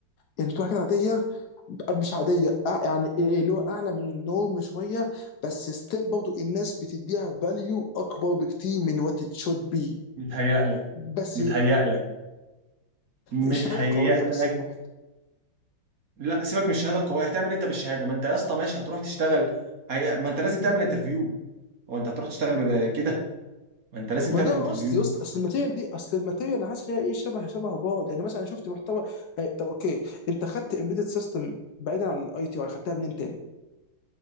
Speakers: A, on the left; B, on the right.
A: يعني بتبقى حاجات عاديه مش عاديه أع- يعني إيه إيه، اللي هو اعلى من النورم شويه بس ستيل برضو الناس بتديها فاليو اكبر بكتير من وات ات شود بي
B: متهيأ لك
A: بس
B: متهيأ لك متهيأ
A: الشهاده قويه
B: لك
A: بس المحتوى
B: لا سيبك من الشهاده القويه هتعمل إيه انت بالشهاده ما انت يا اسطى ماشي هتروح تشتغل هي... ما انت لازم تعمل انترفيو هو انت هتروح تشتغل بب- كده ما انت لازم
A: ما
B: تعمل
A: ده
B: انترفيو
A: قصدي يا اسطى اصل الماتيريال دي اصل الماتيريال انا حاسس ان هي ايه شبه شبه بعض يعني مثلا أنا شفت محتوى آه، طب اوكي انت خدت امبيدد سيستم بعيدا عن الاي تي اي خدتها منين تاني؟